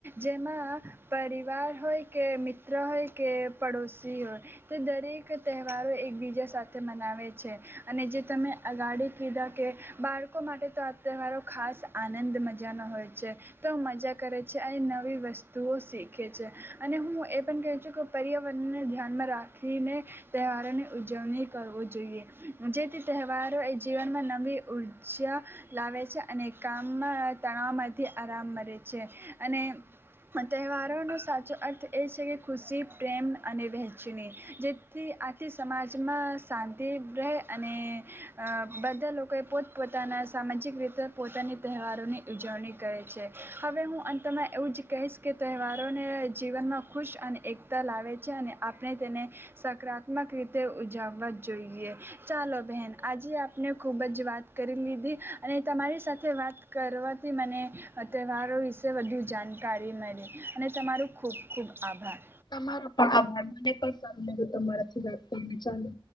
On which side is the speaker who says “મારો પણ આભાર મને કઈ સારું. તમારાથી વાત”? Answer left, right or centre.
Left